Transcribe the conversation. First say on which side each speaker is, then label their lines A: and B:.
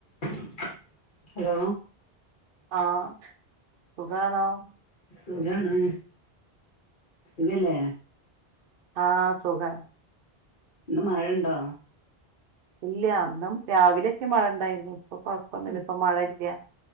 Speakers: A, on the left (about 55°); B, on the right (about 65°).
A: <inaudible> Hello
B: ആഹ് സുഖാണോ
A: സുഖാണ് ഇല്ലലെ
B: ആഹ് സുഖാണ്
A: ഇന്ന് മഴ ഉണ്ടോ
B: ഇല്ല ന്നും രാവിലെയൊക്കെ മഴ ഇണ്ടായിരുന്നു ഇപ്പൊ കൊഴപ്പൊന്നില്ല
A: ഉം
B: ഇപ്പ മഴ ഇല്ല